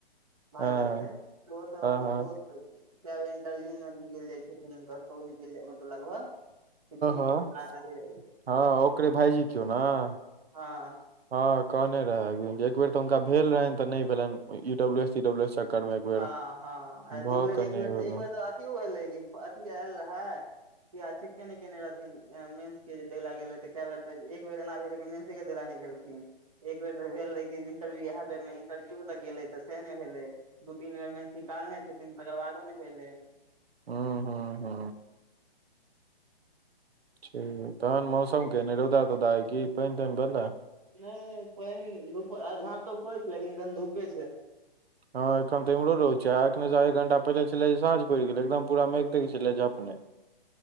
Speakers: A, on the right; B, on the right.
A: भाय
B: हँ
A: लगतै उहो तऽ
B: हँ हँ
A: बहुत। कए बेर इंटरव्यूमे निकैल जाय छै छथिन हूँनकर <unintelligible> निकल मतलब लगभग। किछो निकैल
B: हँ
A: जेतै <unintelligible> लगले रैह जेतै।
B: हँ ओकरे भायजी कियो नऽ।
A: हँ।
B: हँ कहने रहैन जे एक बेर तऽ हुनका भेल रहैन तऽ नै भेलैन ई डब्लू एस। इ डब्लू एस चक्कर मे- बेर
A: हँ हँ
B: भऽ
A: आ दू बेर
B: के नहि
A: एक बेर
B: भेलै
A: तऽ एक बेर तऽ अथियो भेलै कि अथि एल रहै? किये चेके नै केने रहथिन ए मेन्स के जे देैले गेल रहै तऽ कए बेर तऽ एक बेर एना भेल मेन। के देैलेए नै गेलखिन। एक बेर तऽ भेल रहेै कि इंटरव्यू इएह बेर मे इंटरव्यू तऽ गेलेै तऽ से नेै भेलेै। दू तीन बेर मेंस निकालने छथिन, तकर बादो ने भेलै।
B: हू- हू- हू। ठीक, तहन मौसम
A: नहि
B: केहन अय, रोउदा -तोउदा अई की, पानी ताइन भेला?
A: नहि पाईन धुप झाँप तोप करे छै, लेकिन अखन धूपे छै।
B: हँ एखन तऽ इमरो रोद छै, अखने एक घंटा पहिले छले साँझ पड़ि गेल, एकदम पूरा मेघ -तेघ छलै झपने।